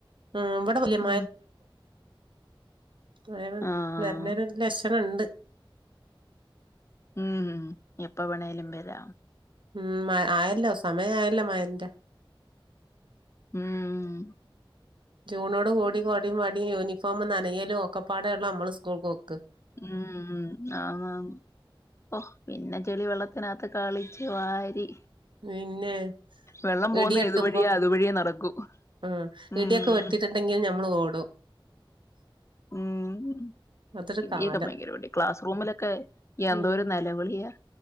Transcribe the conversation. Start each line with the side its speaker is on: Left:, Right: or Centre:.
Right: ഉം ഇവിടെ വല്യ
Left: ഉ
Right: വേ
Left: ആഹ്
Right: വരഞ്ഞൊരു ലക്ഷണംണ്ട്
Left: ഉം ഉം എപ്പ വേണേലും വരാ
Right: ഉം മ ആയല്ലോ സമയയല്ലോ മയന്റെ
Left: ഉം
Right: ജൂണോട് കൂടി കൊ ടിം വടിം യൂിഫോമു നനയലും ഒക്കപ്പാടെേ ഉള്ള നമ്മള് സ്കൂൾപോക്ക്
Left: ഉം ആഹ് ഓ പിന്നെ ചെളി വെള്ളത്തിനകത്ത് കളിച്ച് വാരി
Right: പിന്നെ
Left: വെള്ളം പോകുന്ന
Right: ഇടി വെട്ടുമ്പോ
Left: ഏതുവഴിയാ അതുവഴിയേ നടക്കൂ
Right: ആ
Left: ഉം
Right: ഇടിയൊക്കെ വെട്ട <unintelligible> ണ്ടെങ്കിൽ നമ്മൾ ഓടും
Left: ഉം
Right: അതൊരു
Left: ഇടിയൊക്കെ
Right: കാലം
Left: ഭയങ്കര പേടിയാ, ക്ലാസ്സ് റൂമിലൊക്കെ, എന്തോരു
Right: ഉം
Left: നിലവിളിയാ